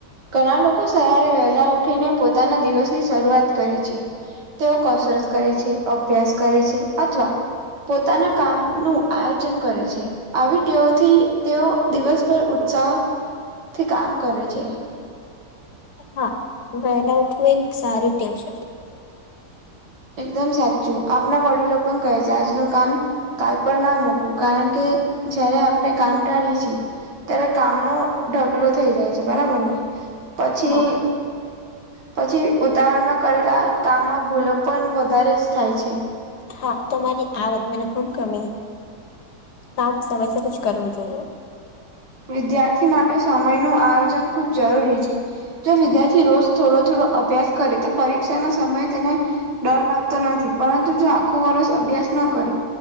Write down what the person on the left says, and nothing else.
હા વેલા ઉઠવું એ એક સારી ટેવ છે.
હા
હા તમારી આ વાત મને ખૂબ ગમી કામ સમયસર જ કરવું જોઈએ.